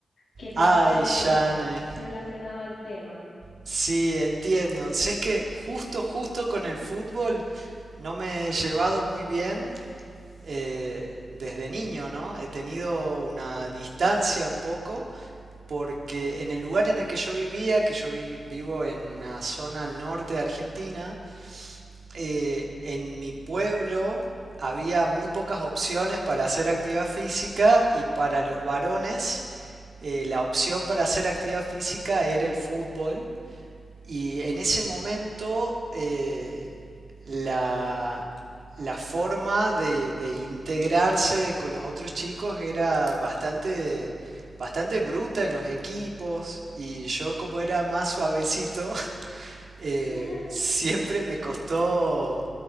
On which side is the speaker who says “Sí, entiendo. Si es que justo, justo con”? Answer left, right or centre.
Right